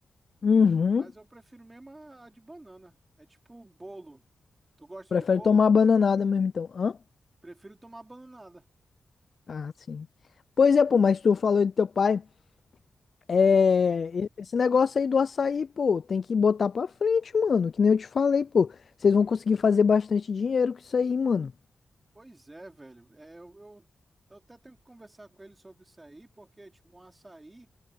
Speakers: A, on the left; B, on the right.
A: Uhum.
B: Mas eu prefiro mesmo a, a de banana. É tipo bolo. Tu gosta
A: Prefere
B: de bolo?
A: tomar a bananada mesmo, então. Hã?
B: Prefiro tomar bananada.
A: Ah, sim. Pois é, pô, mas tu falou do teu pai. É,
B: Tu...
A: e- esse negócio aí do açaí, pô, tem que botar pra frente, mano. Que nem eu te falei, pô. Vocês vão conseguir fazer bastante dinheiro com isso aí, mano.
B: Pois é, velho. É, eu, eu, eu até tenho que conversar com ele sobre isso aí, porque, tipo, um açaí.